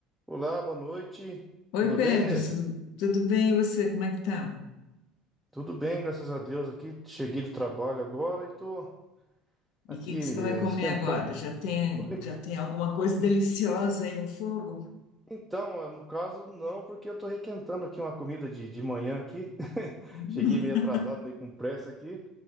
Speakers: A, in the centre; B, on the left.
A: Olá, boa noite.
B: Oi,
A: Tudo
B: Pedro,
A: bem, Inês?
B: su- tudo bem? E você, como é que tá?
A: Tudo bem, graças a Deus. Aqui cheguei do trabalho agora e tô aqui
B: E o que que
A: eh,
B: você vai comer
A: esquentando.
B: agora? Já tem,
A: Tô re-
B: já tem alguma coisa deliciosa aí no fogo?
A: Então, eh, no caso, não, porque eu tô requentando aqui uma comida de, de manhã aqui. <laughs>
B: <laughs> Hum,
A: Cheguei meio atrasado, meio com pressa aqui.